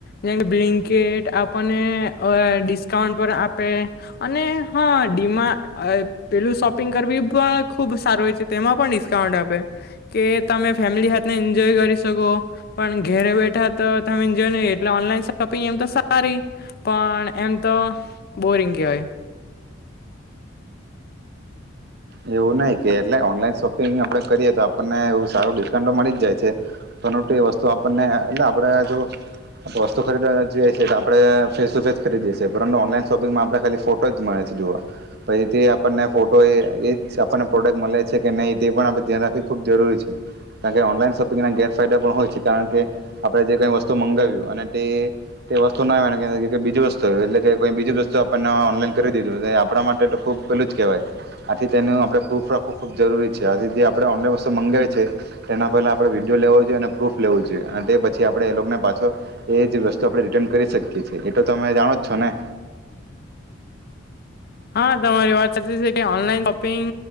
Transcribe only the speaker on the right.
એવું નહી કે એટલે ઓનલાઈન શોપિંગ આપણે કરીએ તો આપણને એવુ સારું ડિસ્કાઉન્ટ તો મળી જ જાય છે, <unintelligible> તે વસ્તુ આપણને એટલે આપણેે જો વસ્તુ ખરીદવા જીએ છે તો આપણે ફેસ ટુ ફેસ ખરીદીએે છે, પરંતુ ઓનલાઈન શોપિંગમાં આપણે ખાલી ફોટો જ મળે છે જોવા, પહી તે આપણને ફોટો એ એ... આપણને પ્રોડક્ટ મલે છે કે નહી તે પણ આપડે ધ્યાન રાખવી ખૂબ જરૂરી છે, કારણ કે ઓનલાઈન શોપિંગ ના ગેરફાયદા પણ હોય છે, કારણ કે આપણે જે કઈ વસ્તુ મંગાવ્યું અને તે તે વસ્તુ ના <inaudible> બીજી વસ્તુ આવી ગઈ, એટલે કે કેઈ બીજી વસ્તુ આપણને ઓનલાઈન કરી દીધું, આપણા માટે તો ખુબ પેલું જ કેવાય. થી તેનું આપડે પ્રૂફ રાખવું ખૂબ જરૂરી છે, આજે જે આપડે ઓનલાઈન વસ્તુ મગાવી છે, તેના પહેલા આપડે વિડીયો લેવો જોઈએ અને પ્રૂફ લેવું જોઈએ, અને તે પછી આપડે એ લોકોને પાછો એ જ વસ્તુ આપડે રિટર્ન કરી શકીએ છીએ, એ તો તમે જાણો જ છો ને.